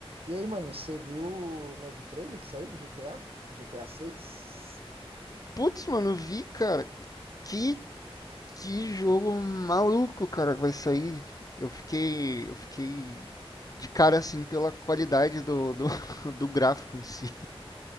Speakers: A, on the right; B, on the left.
A: E aí, mano, você viu o novo trailer que saiu do GTA? GTA 6?
B: Putz, mano, vi, cara. Que, que jogo maluco, cara, que vai sair. Eu fiquei, eu fiquei de cara assim pela qualidade do, do, <laughs> do gráfico em si.